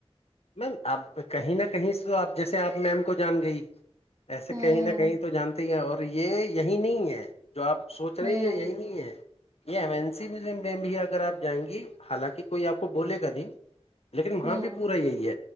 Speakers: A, on the left (about 70°); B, on the right (about 30°).
A: میم آپ کہیں نہ کہیں آپ جیسے آپ میم کو جان گئی ایسے
B: ہوں
A: کہیں نہ کہیں تو جانتے ہی اور یہ یہی نہیں ہے جو آپ سوچ رہی
B: ہوں
A: ہیں یہی نہیں ہے یہ ایمین س مزم میں بھی اگر آپ جائیں گی حالانکہ کوئی آپ کو بولے گا نہیں لیکن وہاں
B: ہوں
A: بھی پورا یہی